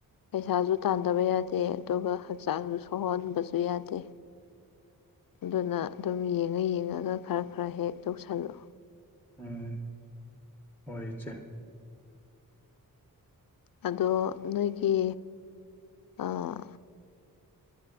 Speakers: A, on the left; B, in the centre.
A: ꯄꯩꯁꯥꯁꯨ ꯇꯥꯟꯗꯕ ꯌꯥꯗꯦ ꯑꯗꯨꯒ ꯍꯛꯆꯥꯡꯁꯨ ꯁꯣꯛꯍꯣꯟꯕꯁꯨ ꯌꯥꯗꯦ ꯑꯗꯨꯅ ꯑꯗꯨꯝ ꯌꯦꯡꯉ ꯌꯦꯡꯉꯒ ꯈꯔ ꯈꯔ ꯍꯦꯛ ꯇꯧꯁꯜꯂꯣ
B: ꯎꯝ ꯍꯣꯏ ꯏꯆꯦ
A: ꯑꯗꯣ ꯅꯣꯏꯒꯤ ꯑꯥ